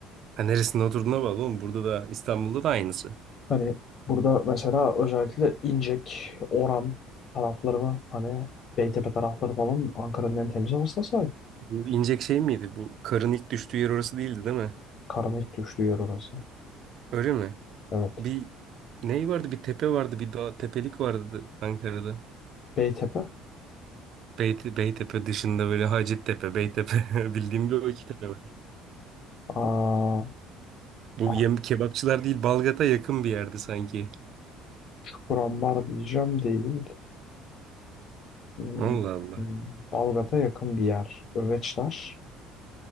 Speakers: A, on the right; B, on the left.
A: ha neresinde oturduğuna bağlı oğlum. Burada da İstanbul'da da aynısı.
B: Hani burada mesela özellikle İncek, Oran taraflarını hani Beytepe tarafları falan Ankara'nın en temiz havasına sahip.
A: Bu inecek şey miydi? Bu karın ilk düştüğü yer orası değildi değil mi?
B: Karın ilk düştüğü yer orası.
A: Öyle mi?
B: Evet.
A: Bir ney vardı? Bir tepe vardı. Bir dağ tepelik vardı Ankara'da.
B: Beytepe.
A: Bey- Beytepe dışında böyle Hacettepe, Beytepe <laughs> bildiğim bir o iki tepe var.
B: Aa,
A: Bu
B: artık
A: yem kebapçılar değil Balgat'a yakın bir yerde sanki.
B: Kurambar diyeceğim değil. Hmm,
A: Allah Allah.
B: hmm, Balgat'a yakın bir yer. Öveçler.